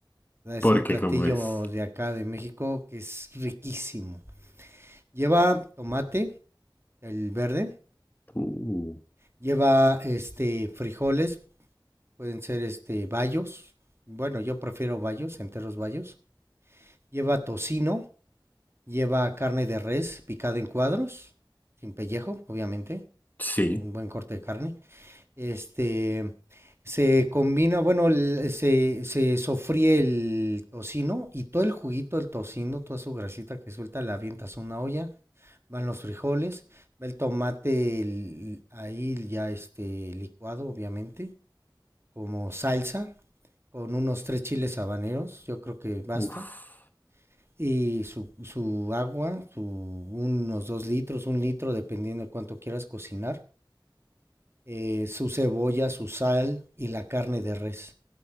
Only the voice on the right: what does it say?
Es
un platillo
de acá de México que es riquísimo. Lleva tomate, el verde,
lleva este frijoles, pueden ser este bayos. Bueno, yo prefiero bayos, enteros bayos. Lleva tocino, lleva carne de res picada en cuadros, sin pellejo, obviamente,
un buen corte de carne. Este, se combina, bueno, el- se, se sofríe el tocino y todo el juguito del tocino, toda su grasita que suelta, la avientas a una olla, van los frijoles, va el tomate el- ahí ya este licuado, obviamente, como salsa, con unos tres chiles habaneros, yo creo que basta.
Y su, su agua, su, unos dos litros, un litro, dependiendo de cuánto quieras cocinar eh, su cebolla, su sal y la carne de res.